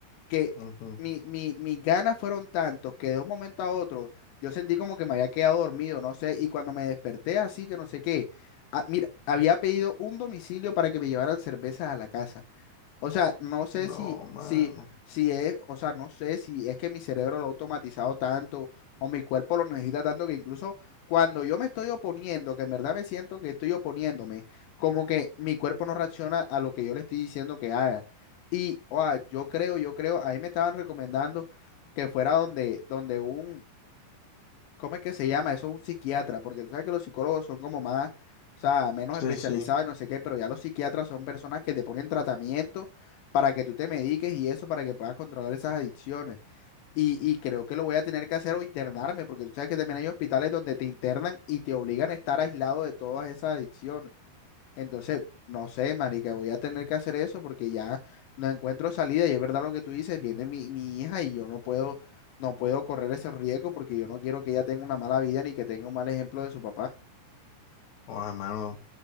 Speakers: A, on the left; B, on the left.
A: que
B: Ujú.
A: mi, mi, mis ganas fueron tantos que de un momento a otro yo sentí como que me había quedado dormido, no sé, y cuando me desperté así que no sé qué, ah, mira, había pedido un domicilio para que me llevaran cervezas a la casa. O sea, no sé
B: No,
A: si,
B: mano.
A: si, si es, o sea, no sé si es que mi cerebro lo ha automatizado tanto o mi cuerpo lo necesita tanto que incluso cuando yo me estoy oponiendo, que en verdad me siento que estoy oponiéndome, como que mi cuerpo no reacciona a lo que yo le estoy diciendo que haga. Y, o yo creo, yo creo, ahí me estaban recomendando que fuera donde, donde un ¿cómo es que se llama? Eso es un psiquiatra, porque tú sabes que los psicólogos son como más, o sea, menos especializados
B: Sí, sí.
A: y no sé qué, pero ya los psiquiatras son personas que te ponen tratamiento para que tú te mediques y eso, para que puedas controlar esas adicciones. Y, y creo que lo voy a tener que hacer o internarme, porque tú sabes que también hay hospitales donde te internan y te obligan a estar aislado de todas esas adicciones. Entonces, no sé, marica, voy a tener que hacer eso porque ya no encuentro salida y es verdad lo que tú dices, viene mi, mi hija y yo no puedo, no puedo correr ese riesgo porque yo no quiero que ella tenga una mala vida ni que tenga un mal ejemplo de su papá.
B: Ojalá, mano.